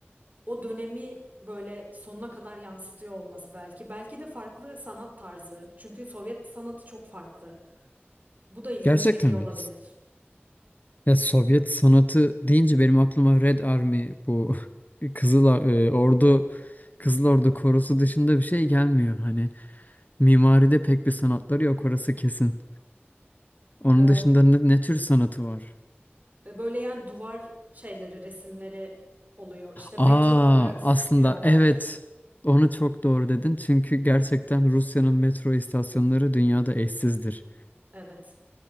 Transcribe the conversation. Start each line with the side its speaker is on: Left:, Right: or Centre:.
Right: o dönemi böyle sonuna kadar yansıtıyor olması belki. Belki de farklı sanat tarzı. Çünkü Sovyet sanatı çok farklı. Bu da ilgimi
Left: Gerçekten
Right: çekiyor
Left: mi?
Right: olabilir.
Left: Ya Sovyet sanatı deyince benim aklıma Red Army bu <laughs> Kızıl Ar- e, Ordu Kızıl Ordu korosu dışında bir şey gelmiyor. Hani mimaride pek bir sanatları yok orası kesin. Onun
Right: E,
Left: dışında ne, ne tür sanatı var?
Right: e, böyle yani duvar şeyleri, resimleri oluyor. İşte metroları
Left: Aa
Right: süslüyorlar.
Left: aslında evet onu çok doğru dedin. Çünkü gerçekten Rusya'nın metro istasyonları dünyada eşsizdir.
Right: Evet.